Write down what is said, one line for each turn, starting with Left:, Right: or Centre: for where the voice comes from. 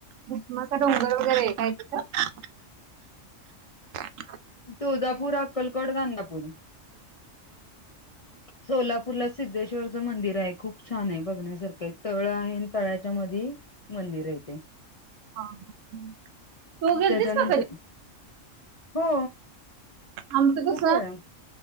Right: भुतानाचा डोंगर वगैरे आहे काय तिथं? <inaudible>
Left: तुळजापूर, अक्कल कोट गाणगापूर. सोलापूरला सिद्ध चश्वरच मंदिर आहे खूप छान आहेबघण्यासारखं तळ आहे. तळ्याच्या मध्ये मंदिर आहे ते.
Right: हा तू गेलतीस
Left: त्याच्यानंतर
Right: का कधी?
Left: हो.
Right: आमचं
Left: खूप
Right: कस
Left: वेळा